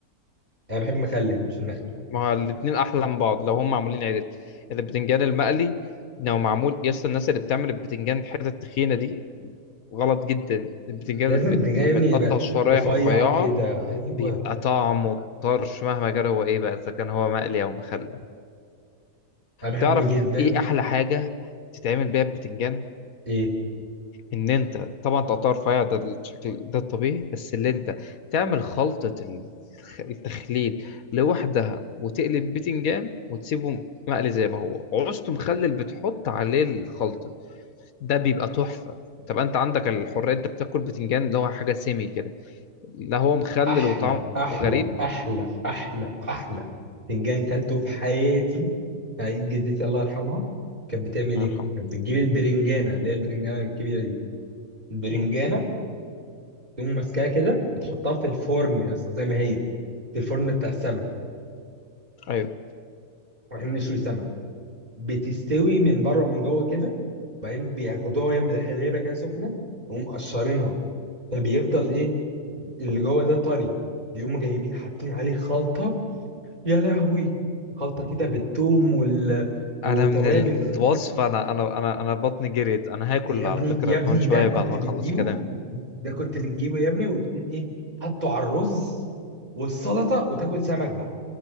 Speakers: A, on the right (about 30°); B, on the left (about 70°).
A: انا بحب المخلل مش المقلي
B: ما هو الاتنين احلى من بعض لو هم معمولين عدل اذا البتنجان المقلي لو معمول يا اسطى الناس اللي بتعمل البتنجان الحته التخينه دي غلط جدا البتنجان
A: لازم البتنجان
B: بت... لما
A: يا ابني
B: يتقطع
A: يبقى
B: شرايح
A: رفيع
B: رفيعة
A: كده ايوه
B: بيبقى طعمه طرش مهما كان هو ايه بقى اذا كان هو مقلي او مخلل
A: انا بحبه
B: تعرف
A: جدا
B: ايه احلى حاجة تتعمل بيها البتنجان
A: ايه
B: ان انت طبعا تقطع رفيع ده الشكل ده الطبيعي بس اللي انت تعمل خلطة ال- التخليل لوحدها وتقلب بتنجان وتسيبه مقلي زي ما هو عوزته مخلل بتحط عليه الخلطة ده بيبقى تحفة طب انت عندك الحرية انت بتاكل بتنجان اللي هو حاجة سيمي كده لا هو مخلل
A: احلى
B: وطعمه
A: احلى
B: غريب
A: احلى احلى احلى فنجان كلته في حياتي في عيد جدتي الله يرحمها كانت بتعمل
B: الله
A: ايه؟
B: يرحمه
A: كانت بتجيب البرنجانه اللي هي البرنجانه الكبيره دي البرنجانه
B: مم.
A: تقوم ماسكاها كده وتحطها في الفرن يا اسطى زي ما هي في الفرن بتاع السمك
B: ايوه
A: واحنا بنشوي سمك بتستوي من بره ومن جوه كده وبعدين بياخدوها وهي من الحليبه كده سخنه ويقوم مقشرينها فبيفضل ايه اللي جوه ده طري بيقوموا جايبين حاطين عليه خلطه يا لهوي خلطة كده بالثوم وال... وتوابل
B: انا من الوصفه
A: كده
B: انا انا انا انا بطني جريت انا هاكل
A: يا ابني
B: على فكره
A: يا ابني
B: كمان شويه
A: ده كنت
B: بعد ما
A: بتجيبه
B: اخلص كلام
A: ده كنت بتجيبه يا ابني وتقوم ايه حطه على الرز والسلطة وتاكل سمك بقى